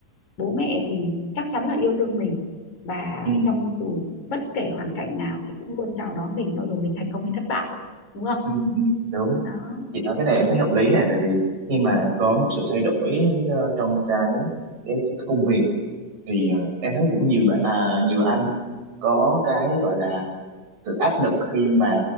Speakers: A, on the left; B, on the right.
A: bố mẹ thì chắc chắn là yêu thương mình và
B: ừ,
A: trong dù bất kể hoàn cảnh nào thì cũng luôn chào đón mình cho dù mình thành công hay thất bại đúng không
B: ừ, ừ, đúng
A: đó
B: chị nói cái này em thấy hợp lý này tại vì khi mà có một sự thay đổi ờ, trong cái cái, cái công việc thì ờ, em thấy cũng nhiều bạn- à, nhiều anh có cái gọi là sự áp lực khi mà